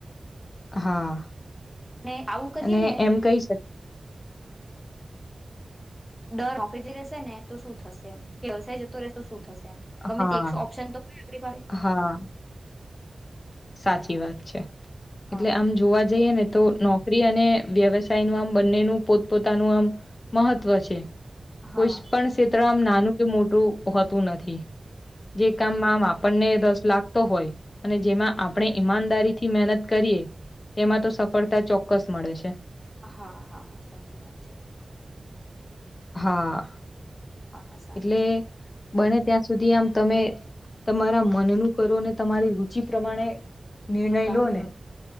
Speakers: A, on the left; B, in the centre.
A: હા,
B: અને આવું કરીએ
A: અને
B: ને
A: એમ કઈ શક
B: ડર <unintelligible> જે રેશે ને તો શું થશે! એમ, <unintelligible> જતો રહેશે તો શું થશે! ગમે
A: હા
B: <unintelligible> ઓપ્શન તો <unintelligible> આપડી પાસે.
A: હા સાચી વાત છે,
B: હા
A: એટલે આમ જોવા જઈએ ને તો નોકરી અને, વ્યવસાય નુ આમ બંનેનું પોતપોતાનું આમ, મહત્વ છે.
B: હા
A: કોઈસ પણ ક્ષેત્ર આમ નાનું કે મોટું હોતું નથી, જે કામ આમ આપણને રસ લાગતો હોય, અને જેમાં આપણે ઈમાનદારી થી મહેનત કરીએ, એમાં તો સફળતા ચોક્કસ મળે છે.
B: અ હા હા સાચી વાત છે.
A: હા.
B: હા હા સારું
A: એટલે
B: ચલો.
A: બને ત્યાં સુધી આમ તમે, તમારા મનનું કરો ને તમારી રુચિ પ્રમાણે નિર્ણય
B: નું કામ
A: લો ને,
B: કર